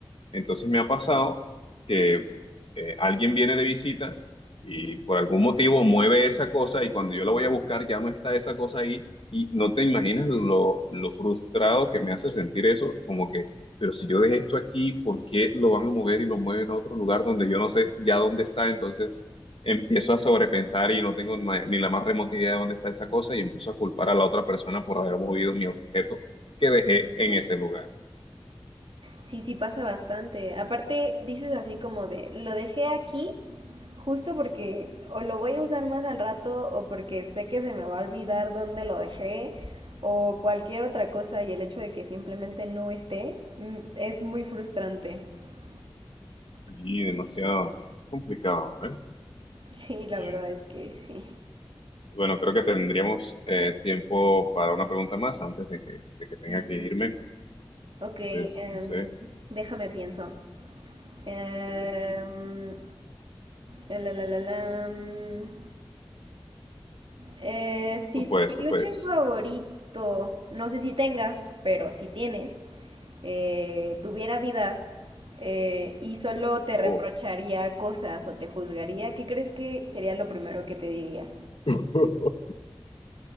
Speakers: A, on the left; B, on the right.
A: Entonces me ha pasado que eh, alguien viene de visita y por algún motivo mueve esa cosa y cuando yo la voy a buscar ya no está esa cosa ahí y no te imaginas lo, lo frustrado que me hace sentir eso, como que, pero si yo dejé esto aquí, ¿por qué lo van a mover y lo mueven a otro lugar donde yo no sé ya dónde está? Entonces empiezo a sobrepensar y no tengo na- ni la más remota idea de dónde está esa cosa y empiezo a culpar a la otra persona por haber movido mi objeto que dejé en ese lugar.
B: Sí, sí pasa bastante. Aparte, dices así como de, lo dejé aquí justo porque o lo voy a usar más al rato o porque sé que se me va a olvidar dónde lo dejé o cualquier otra cosa y el hecho de que simplemente no esté mm, es muy frustrante. <laughs>
A: Y demasiado complicado, ¿eh?
B: Sí, la
A: Bien.
B: verdad es que sí.
A: Bueno, creo que tendríamos eh, tiempo para una pregunta más antes de que, de que
B: Sí.
A: tenga que irme.
B: Ok, em,
A: Entonces, no sé.
B: déjame pienso. Em,
A: ok, ok.
B: la, la, la, la, mm. Eh, si
A: Tú
B: tu
A: puedes,
B: peluche
A: tú puedes.
B: favorito, no sé si tengas, pero si tienes, eh, tuviera vida eh, y solo te
A: Oh,
B: reprocharía cosas o te juzgaría, ¿qué crees que sería lo primero que te diría?
A: <laughs>